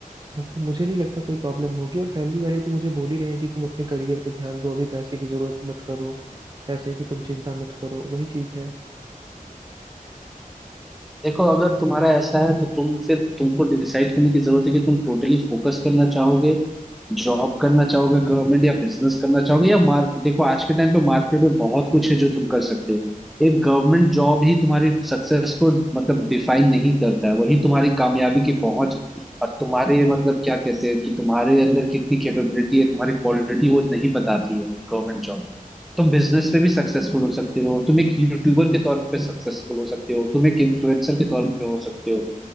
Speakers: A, on the right (about 30°); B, in the centre.
A: तो मुझे नहीं लगता कोई प्रॉब्लम होगी और फैमिली वाले तो मुझे बोल ही रहे हैं कि तुम अपने करियर पे ध्यान दो अभी पैसे की जरूरत मत करो पैसे की तुम चिंता मत करो वही चीज है
B: देखो अगर तुम्हारा ऐसा है तो तुम फिर तुमको डिसाइड करने की जरूरत है कि तुम टोटली फोकस करना चाहोगे जॉब करना चाहोगे गवर्नमेंट या बिजनेस करना चाहोगे या मार्क देखो आज के टाइम पे मार्केट में बहुत कुछ है जो तुम कर सकते हो एक गवर्नमेंट जॉब ही तुम्हारी सक्सेस को मतलब डिफाइन नहीं करता है वही तुम्हारी कामयाबी की पहुंच और तुम्हारे मतलब क्या कहते हैं कि तुम्हारे अंदर कितनी कैपेबिलिटी है तुम्हारी क्वालिटी वो नहीं बताती है गवर्नमेंट जॉब तुम बिजनेस में भी सक्सेसफुल हो सकते हो तुम एक यूट्यूबर के तौर पे सक्सेसफुल हो सकते हो तुम एक इन्फ्लुएंसर के तौर पे हो सकते हो